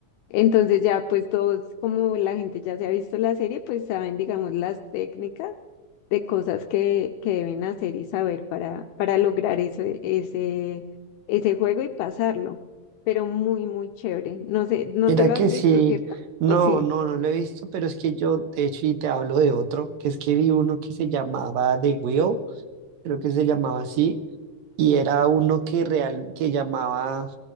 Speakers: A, on the left; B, on the right.
A: Entonces ya pues todos, como la gente ya se ha visto la serie, pues saben, digamos, las técnicas de cosas que, que deben hacer y saber para, para lograr eso ese, ese juego y pasarlo. Pero muy, muy chévere. No sé, no
B: Mira
A: te lo
B: que
A: has visto,
B: sí,
A: ¿cierto?
B: no,
A: ¿O sí?
B: no, no lo he visto, pero es que yo, de hecho, y te hablo de otro, que es que vi uno que se llamaba The Wheel, creo que se llamaba así, y era uno que real, que llamaba